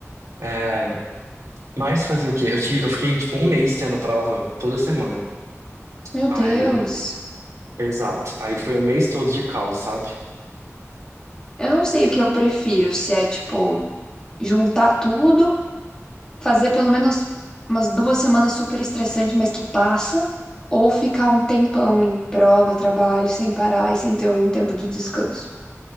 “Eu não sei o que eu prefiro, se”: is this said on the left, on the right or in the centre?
Left